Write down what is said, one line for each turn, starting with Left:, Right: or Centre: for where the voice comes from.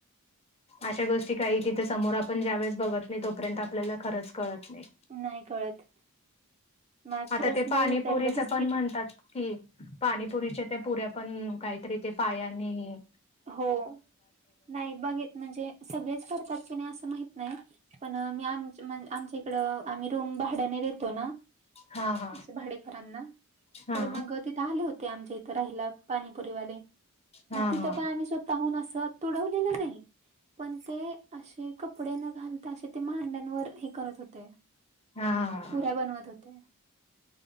Left: अशा गोष्टी काही तिथे समोर आपण ज्यावेेळेस बघत नाही तोपर्यंत आपल्याला खरंच कळत नाही
Right: नाही कळत मला
Left: आता
Right: खरंच
Left: ते
Right: लय
Left: पाणीपुरीच
Right: उतरलं बिस्किट
Left: पण म्हणतात कि पाणीपुरीच्या त्या पुऱ्या पण काहीतरी ते पायाने
Right: हो नाही बघेत म्हणजे सगळेच करतात की नाही असं माहत नाही पण मी आमण आमच्या इकडं आम्ही रूम भाड्याने देतो ना
Left: हा हा
Right: असे भाडेकरांना
Left: हा
Right: तर मग तिथ आले होते आमच्या इथं राहिला पाणीपुरीवाले
Left: हा
Right: मग तिथं
Left: हा
Right: पण स्वतःहून अस तडवलेलं नाही पण ते असे कपडे न घालता असे ते मांड्यांवर हे करत होते
Left: हा हा
Right: पुऱ्या बनवत होते.